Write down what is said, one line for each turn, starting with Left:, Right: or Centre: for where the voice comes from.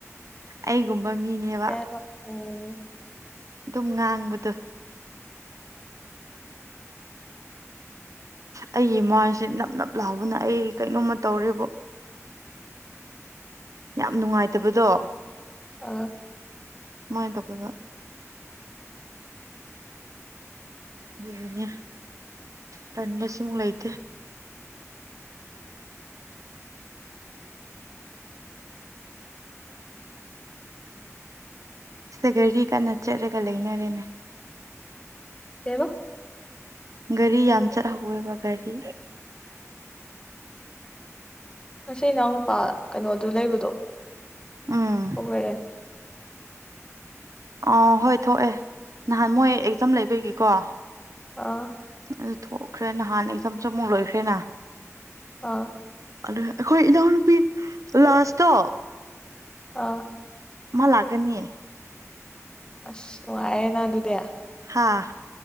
Right: ꯑꯩꯒꯨꯝꯕ ꯃꯤꯅꯦꯕ
Left: ꯀꯩꯕ ꯎꯝ
Right: ꯑꯗꯨꯝ ꯉꯥꯡꯕꯗꯣ ꯑꯩꯒꯤ ꯃꯥꯏꯁꯦ ꯅꯞ ꯅꯞ ꯂꯥꯎꯕꯅ ꯑꯩ ꯀꯩꯅꯣꯝꯃ ꯇꯧꯔꯦꯕꯣ ꯌꯥꯝ ꯅꯨꯡꯉꯥꯏꯇꯕꯗꯣ
Left: ꯑꯥ
Right: ꯑꯗꯨꯃꯥꯏꯅ ꯇꯧꯒꯦꯕ ꯑꯩꯅ ꯇꯥꯟꯕ ꯁꯤꯃꯨꯛ ꯂꯩꯇꯦ ꯁꯤꯗ ꯒꯥꯔꯤ ꯀꯟꯅ ꯆꯠꯂꯒ ꯂꯩꯅꯔꯦꯅ‌ꯦꯅ
Left: ꯀꯩꯕꯥ
Right: ꯒꯥꯔꯤ ꯌꯥꯝ ꯆꯠꯍꯧꯋꯦꯕ ꯒꯥꯔꯤ
Left: ꯉꯁꯤ ꯏꯅꯥꯎ ꯅꯨꯄꯥ ꯀꯩꯅꯣꯗꯨ ꯂꯩꯕꯗꯣ
Right: ꯎꯝ
Left: ꯊꫭꯛꯂꯛꯑ‌
Right: ꯑ ꯍꯣꯏ ꯊꯣꯛꯑꯦ ꯅꯍꯥꯟ ꯃꯣꯏ ꯑꯦꯛꯖꯥꯝ ꯂꯩꯕꯒꯤꯀꯣ
Left: ꯑꯥ
Right: ꯑꯗꯨ ꯊꯣꯛꯈ꯭ꯔꯦ ꯅꯍꯥꯟ ꯑꯦꯛꯖꯝꯁꯨ ꯑꯃꯨꯛ ꯂꯣꯏꯈ꯭ꯔꯦꯅ
Left: ꯑꯥ
Right: ꯑꯗꯨꯗ ꯑꯩꯈꯣꯏ ꯏꯅꯥꯎꯅꯨꯄꯤ ꯂꯥꯁꯇꯣ
Left: ꯑꯥ
Right: ꯃꯥꯥ ꯂꯥꯛꯒꯅꯤ
Left: ꯑꯁ ꯅꯨꯉꯥꯏꯔ‌ꯦꯅ ꯑꯗꯨꯗꯦ
Right: ꯍꯥꯥ